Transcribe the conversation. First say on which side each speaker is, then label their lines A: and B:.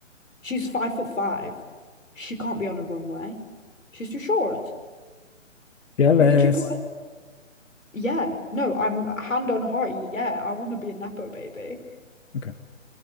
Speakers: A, on the left; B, on the left.
A: She's five foot five. She can't be on a runway. She's too short.
B: <laughs> Jealous.
A: They literally put her- Yeah, no, I'm hand on heart. Yeah, I want to be a Nepo baby.
B: Okay.